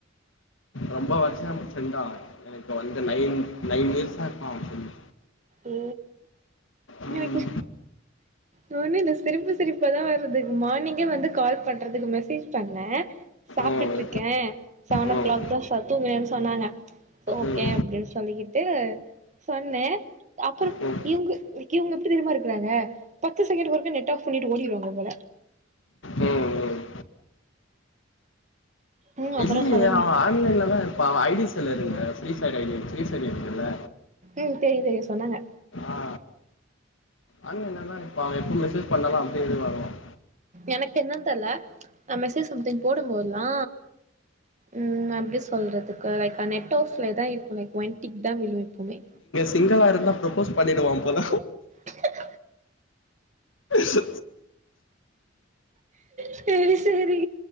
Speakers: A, on the left (about 80°); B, on the right (about 40°).
A: ரொம்ப வருஷம் ஃப்ரெண்டு அவே எனக்கு வந்து நைன் நைன் இயர்ஸா இருப்பா அவே ஃப்ரெண்ட்
B: ஓ
A: ம்
B: எனக்கு நானே இந்த சிரிப்பு சிரிப்பதா வருது மார்னிங்கே வந்து கால் பண்றதுக்கு மெசேஜ் பண்ண சாப்டுட்டு
A: ம்
B: இருக்கே செவனோ
A: ம்
B: கிளாக்
A: ம்
B: தா ஷார் தூங்குறேன்னு சொன்னாங்க ஓகே
A: ம்
B: அப்டின்னு சொல்லிக்கிட்டு சொன்னே அப்புறம்
A: ம் ம்
B: இவுங்க இவுங்க எப்டி தெரியுமா இருக்குறாங்க பத்து செகண்ட் ஒருக்கா நெட் ஆஃப் பண்ணிட்டு ஓடிடுவாங்க போல
A: ம் ம்
B: ம் அப்புறோ
A: இல்லியே
B: சொல்லுங்க
A: அவே ஆன்லைன்லதா இருப்பா அவே ஐ டி ஸ் இல்ல இல்ல இருங்க ஃப்ரீஸான ஐ டி ஃப்ரீசர்ல இருக்குல்ல
B: ம் தெரியு தெரியு சொன்னாங்க
A: ஆ ஆன்லைன்ல தா இருப்பா எப்போ மெசேஜ் பண்ணாலு அப்டியே இதுவருவான்
B: எனக்கு என்னென் தெர்ல நா மெசேஜ் சம்திங் போடும் போதெல்லா ம் எப்டி சொல்றதுக்கு லைக் நெட் ஆஃப்ல தா இருக்குமே லைக் ஒன்டிக் தா விழு எப்புமே
A: சிங்களாக இருந்தா ப்ரொபோஸ் பண்ணிடுவான் போல
B: கிர்..
A: ஸ்,,
B: சேரி சேரி